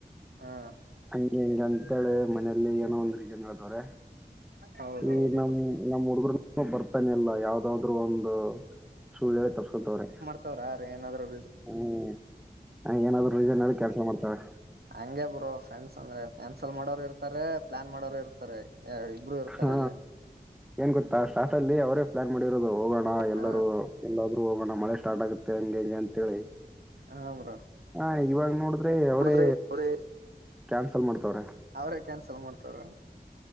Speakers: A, on the right; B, in the centre.
A: ಹಾ
B: ಹಂಗ ಹಿಂಗ ಅಂತೇಳಿ ಮನೇಲಿ ಏನೋ ಒಂದ್ ರೀಜನ್ ಅದವ್ರೆ
A: ಹೌದೌದು
B: ಈ ನಮ್ ನಮ್ಮ್ ಹುಡುಗರು ಬರ್ತಾನೆಲ್ಲ ಯಾವ್ದಾದ್ರು ಒಂದು ಸುಳ್ಳ್ಯ ಹೇಳೆ ತಸ್ಕೊಂತವ್ರೆ
A: <unintelligible> ಏನಾದ್ರರು
B: ಹ್ಮ್ ಏನಾದ್ರು ರೀಸನ್ಲ್ಲಿ ಕೆಲ್ಸ ಮಾಡ್ತವೆ
A: ಹಂಗಗೆ ಬ್ರೋ ಫ್ರೆಂಡ್ಸ್ ಅಂದ್ರೆ ಕ್ಯಾನ್ಸಲ್ ಮಾಡೋರು ಇರ್ತಾರೆ ಪ್ಲಾನ್ ಮಾಡೋರು ಇರ್ತಾರೆ ಇಬ್ರು ಇರ್ತಾರೆ
B: ಹಾ
A: ಅಲ್ಲೇ
B: ಏನ್ ಗೊತ್ತಾ ಸ್ಟಾರ್ ಅಲ್ಲಿ ಅವರೇ ಪ್ಲಾನ್ ಮಾಡಿರೋದು ಹೋಗೋಣ ಎಲ್ಲರೂ
A: ಹ
B: ಎಲ್ಲಾದ್ರೂ ಹೋಗೋಣ ಮಳೆ ಸ್ಟಾರ್ಟ್ ಆಗುತ್ತೆ ಹಂಗೆ ಹಂಗೆ ಅಂತೇಳಿ
A: ಹ ಬ್ರೋ
B: ಹ ಇವಾಗ ನೋಡ ಅವ್ರ ಅವರೇ
A: ನೋಡಿದ್ರೆ ಅವ್ರೇ
B: ಕ್ಯಾನ್ಸಲ್ ಮಾಡ್ತವ್ರ
A: ಅವ್ರೇ ಕ್ಯಾನ್ಸಲ್ ಮಾಡ್ತವ್ರ